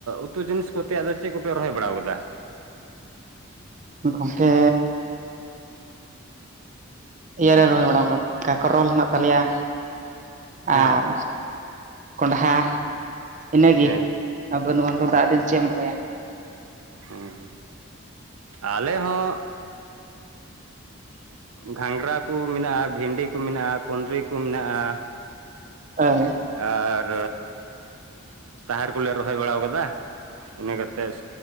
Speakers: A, on the right; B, on the right.
A: ᱩᱛᱩ ᱡᱤᱱᱤᱥ ᱠᱚ ᱛᱮᱭᱟᱜ ᱫᱚ ᱪᱮᱫ ᱠᱚᱯᱮ ᱨᱚᱦᱚᱭ ᱵᱟᱲᱟᱣ ᱠᱟᱫᱟ?
B: ᱜᱚᱝᱠᱮ᱾ ᱤᱭᱟᱹ ᱨᱮ ᱨᱚᱦᱚᱭ ᱵᱟᱲᱟᱣ ᱠᱚᱣᱟ ᱠᱟᱠᱨᱚᱞ ᱦᱮᱱᱟᱜ ᱛᱟᱞᱮᱭᱟ,
A: ᱦᱮᱸ
B: ᱟᱨ ᱠᱚᱸᱰᱦᱟ ᱤᱱᱟᱹ ᱜᱤ
A: ᱦᱮᱸ
B: ᱟ ᱵᱟᱹᱱᱩᱜᱼᱟ ᱱᱤᱛᱚᱜ ᱫᱟᱜ ᱫᱤᱱ ᱪᱮᱫ ᱮᱢ ᱨᱚᱦᱚᱭᱟ?
A: ᱦᱩᱸ, ᱟᱞᱮ ᱦᱚᱸ ᱜᱷᱟᱸᱜᱽᱨᱟ ᱠᱩ ᱢᱤᱱᱟᱜᱼᱟ ᱵᱷᱤᱱᱰᱤ ᱠᱩ ᱢᱤᱱᱟᱜᱼᱟ ᱠᱩᱸᱫᱽᱨᱤ ᱠᱩ ᱢᱤᱱᱟᱜᱼᱟ᱾
B: ᱟᱹᱭ᱾
A: ᱟᱨ ᱛᱟᱦᱮᱨ ᱠᱚᱞᱮ ᱨᱚᱦᱚᱭ ᱵᱟᱲᱟ ᱟᱠᱟᱫᱟ ᱤᱱᱟᱹ ᱠᱟᱛᱮᱫ